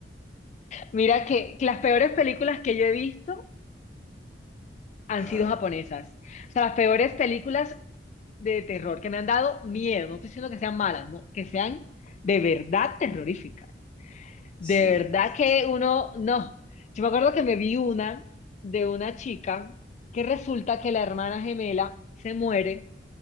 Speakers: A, on the left; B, in the centre.
A: Mira que, que las peores películas que yo he visto han
B: Ajá,
A: sido japonesas. O sea, las peores películas de terror que me han dado miedo. No estoy diciendo que sean malas, no, que sean de verdad terroríficas.
B: sí,
A: De verdad
B: sí,
A: que
B: sí, sí.
A: uno, no. Yo me acuerdo que me vi una de una chica que resulta que la hermana gemela se muere